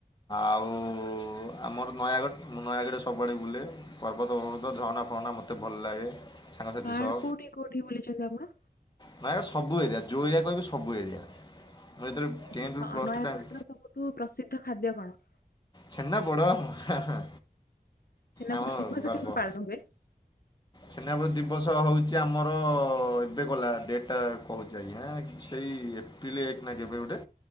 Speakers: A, on the left (about 25°); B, on the left (about 70°).
A: ଆଉ ଆମର ନୟାଗଡ଼ ମୁଁ ନୟାଗଡ଼ରେ ସବୁଆଡ଼େ ବୁଲେ ପର୍ବତ ଫର୍ବତ ଝରଣା ଫରଣା ମତ ମତେ ଭଲ ଲାଗେ। ସାଙ୍ଗସାଥି
B: ବାହାରେ
A: ସହ
B: କୋଉଠି କୋଉଠି ବୁଲିଛନ୍ତି ଆପଣ?
A: ନାଇଁ ସବୁ ଏରିଆ ଯଉ ଏରିଆ କହିବୁ ସବୁ ଏରିଆ ମୁଁ ଯେତେବେଳେ ଟେନ୍ଥରୁ
B: ଆଚ୍ଛା ନ-ନୟାଗଡ଼ର
A: ପ୍ଲସ୍ ଟୁ ଟାଇମ୍
B: ସବୁଠୁ ପ୍ରସିଦ୍ଧ ଖାଦ୍ୟ କଣ?
A: ଛେନା ପୋଡ଼ ହାଁ ହାଁ
B: ଛେନାପୋଡ଼
A: ଆମର
B: ଦିବସ
A: ଗର୍ବ।
B: କେବେ ପାଳନ ହୁଏ?
A: ଛେନାପୋଡ଼ ଦିବସ ହଉଛି ଆମର ଏବେ ଗଲା ଡେଟା କହୁଛି ଆଜ୍ଞା ସେଇ ଏ ଏପ୍ରିଲ ଏକ ନା କେବେ ଗୋଟେ